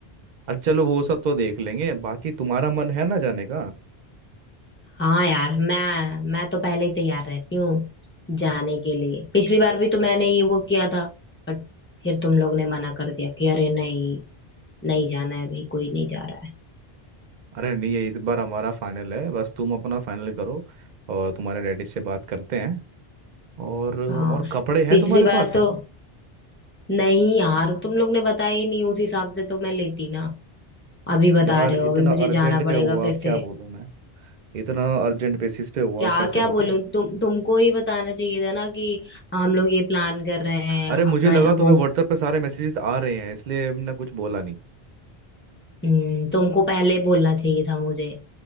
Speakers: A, on the right; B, on the left.
A: अच्छा चलो वो सब तो देख लेंगे बाकी तुम्हारा मन है ना जाने का
B: हाँ यार मैं मैं तो पहले ही तैयार रहती हूँ जाने के लिए पिछली बार भी तो मैंने ही वो किया था बट फिर तुम लोग ने मना कर दिया कि अरे नहीं नहीं जाना है अभी कोई नहीं जा रहा है
A: अरे नहीं ये इस बार हमारा फाइनल है बस तुम अपना फाइनल करो और तुम्हारे डैडी से बात करते हैं और और
B: हाँ
A: कपड़े हैं
B: पिछली
A: तुम्हारे
B: बार
A: पास
B: तो नहीं यार तुम लोग ने बताया ही नहीं उस हिसाब से तो मैं लेती ना अभी बता
A: यार
B: रहे हो
A: इतना
B: अभी मुझे
A: अर्जेंट
B: जाना
A: पे
B: पड़ेगा
A: हुआ
B: फिर
A: अब क्या
B: से
A: बोलूं मैं इतना अर्जेंट बेसिस पे हुआ
B: क्या
A: कैसे
B: क्या बोलूं
A: बताऊं
B: तुम तुमको ही बताना चाहिए था ना कि हम लोग ये प्लान कर रहे हैं
A: अरे मुझे
B: अपना
A: लगा तुम्हें
B: वो
A: व्हाट्सएप पे सारे मैसेजेस आ रहे हैं इसलिए हमने कुछ बोला नहीं
B: हम्म, तुमको पहले बोलना चाहिए था मुझे